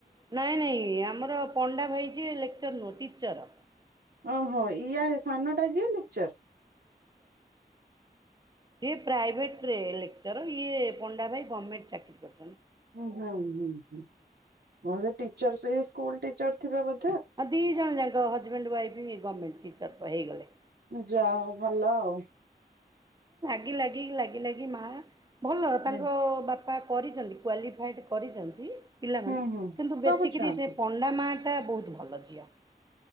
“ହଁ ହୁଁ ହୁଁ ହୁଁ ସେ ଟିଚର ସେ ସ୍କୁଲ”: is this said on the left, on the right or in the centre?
Right